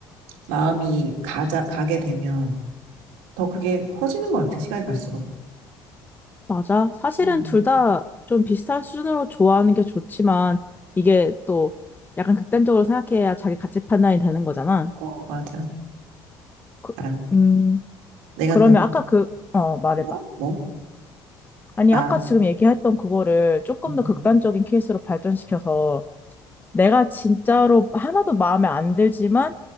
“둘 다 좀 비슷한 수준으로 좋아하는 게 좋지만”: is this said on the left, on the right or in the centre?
Left